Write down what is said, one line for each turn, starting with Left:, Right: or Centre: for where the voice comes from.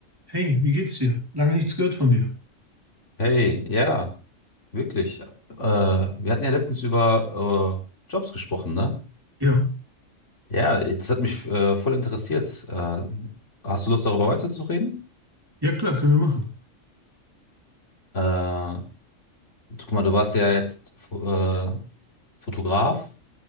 Right: Hey, wie geht's dir? Lange nichts gehört von dir.
Left: Hey, ja, wirklich. Äh, wir hatten ja letztens über äh, Jobs gesprochen, ne?
Right: Ja,
Left: Ja, das hat mich äh, voll interessiert. Äh, hast du Lust, darüber weiterzureden?
Right: ja klar, können wir machen.
Left: Äh, guck mal, du warst ja jetzt äh, Fotograf.